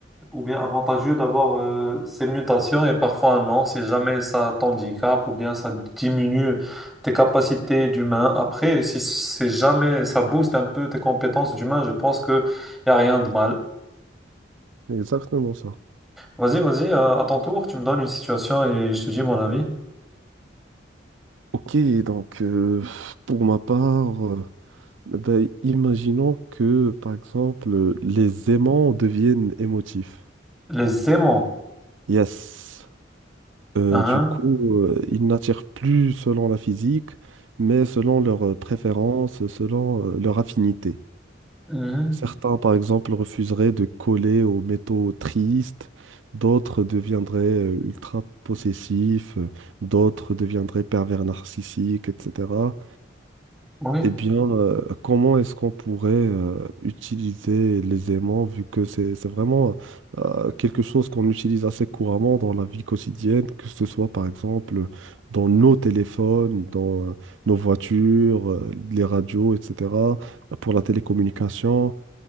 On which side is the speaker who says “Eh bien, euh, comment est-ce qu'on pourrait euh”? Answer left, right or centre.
Right